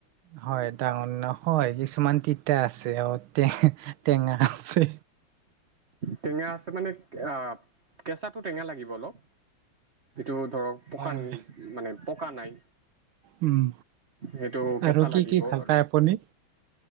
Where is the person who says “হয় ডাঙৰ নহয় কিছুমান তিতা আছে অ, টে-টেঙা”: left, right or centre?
Right